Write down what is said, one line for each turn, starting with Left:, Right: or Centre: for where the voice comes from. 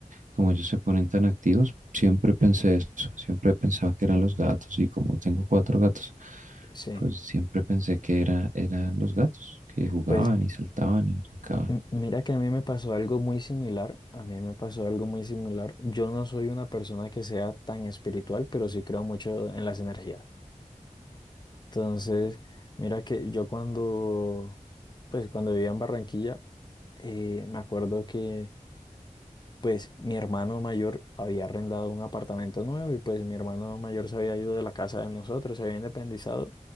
Right: como ellos se ponen tan activos, siempre pensé eso, siempre pensaba que eran los gatos y como tengo cuatro gatos,
Left: Sí.
Right: pues siempre pensé que era, eran los gatos que jugaban
Left: Pues
Right: y saltaban y brincaban.
Left: m- mira que a mí me pasó algo muy similar. A mí me pasó algo muy similar. Yo no soy una persona que sea tan espiritual, pero sí creo mucho en las energías. Entonces, mira que yo cuando, pues cuando vivía en Barranquilla, eh, me acuerdo que pues mi hermano mayor había arrendado un apartamento nuevo y pues mi hermano mayor se había ido de la casa de nosotros, se había independizado